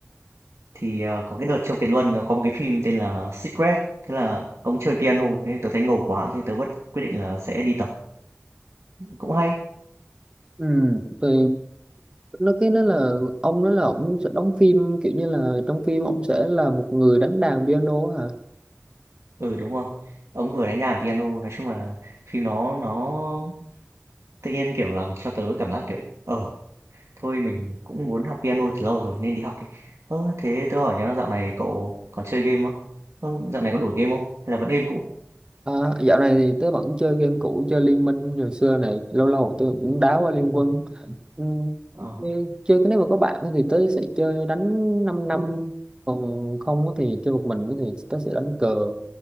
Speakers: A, on the right (about 75°); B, on the right (about 20°).
A: thì ờ, có cái đợt Châu Kiệt Luân nó có một cái phim tên là Secret. Thế là ông chơi piano, thế tôi thấy ngầu quá, thế tớ vẫn quyết định là sẽ đi tập. Cũng hay.
B: Ừ, thì nó cái nó là ông nói là ông sẽ đóng phim kiểu như là trong phim ông sẽ là một người đánh đàn piano hả?
A: Ừ, đúng rồi. Ông vừa đánh đàn piano, nói chung là phim nó nó tự nhiên, kiểu, làm cho tớ cảm giác, kiểu, ờ, thôi mình cũng muốn học piano từ lâu rồi nên đi học đi. Ơ, thế tớ hỏi nhá, dạo này cậu còn chơi game không? Ơ, dạo này có đổi game không? Hay là vẫn game cũ?
B: À, dạo này thì tớ vẫn chơi game cũ chơi Liên Minh hồi xưa này lâu lâu tớ cũng đá qua Liên Quân ừ,
A: Ờ,
B: nên chơi cái nếu mà có bạn thì tớ sẽ chơi đánh 5 năm còn không á thì chơi một mình thì tớ sẽ đánh cờ